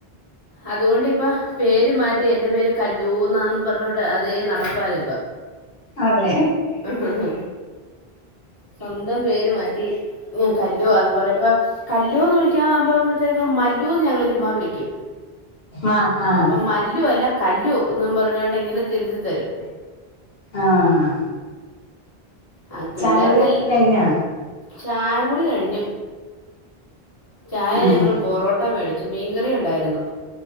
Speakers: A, on the left (about 35°); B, on the left (about 75°).
A: അതുകൊണ്ടിപ്പ പേര് മാറ്റി എന്റെ പേര് കല്ലൂന്നാന്ന് പറഞ്ഞോണ്ട് അതേ നടപ്പാനിപ്പ
B: അതെ
A: ഉം അതെ സ്വന്തം പേര് മാറ്റി ഞാൻ കല്ലുവാന്ന് പറയാ ഇപ്പ കല്ലു എന്ന് വിളിക്കാ ആവുമ്പളത്തേക്കും മല്ലൂന്ന് ഞങ്ങള് ചുമ്മാ വിളിക്കും
B: ആഹ് ആഹ്
A: അപ്പൊ മല്ലു അല്ല കല്ലു ഒന്നും പറഞ്ഞോൊണ്ട് എങ്ങനെ തിരുതി തരും
B: ആഹ്
A: ആ പിള്ളേർക്കല്ല
B: ചായകുടിയൊക്കെ കഴിഞ്ഞാ
A: ചായ കുടി കഴിഞ്ഞു ചായ
B: ഉം
A: ഞങ്ങള് ബൊറോട്ട മേടിച്ചു മീൻകറി ഉണ്ടായിരുന്നു